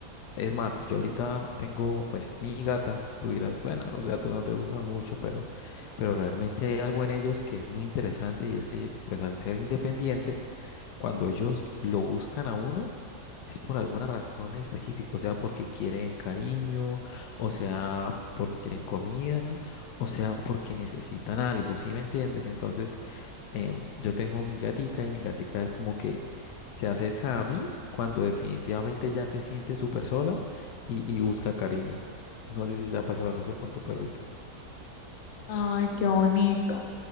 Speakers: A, on the left (about 80°); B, on the left (about 60°).
A: Es más, yo ahorita tengo pues mi gata. Tú dirás, bueno, los gatos no te gustan mucho, pero, pero realmente hay algo en ellos que es muy interesante y es que pues al ser independientes, cuando ellos lo buscan a uno, es por alguna razón específica, o sea, porque quieren cariño, o sea, porque quieren comida, o sea, porque necesitan algo, ¿sí me entiendes? Entonces, em, yo tengo mi gatica y mi gatica es como que se acerca a mí cuando definitivamente ya se siente súper sola y, y busca cariño. No sé si te ha pasado eso con tu perrito.
B: Ay, qué bonito.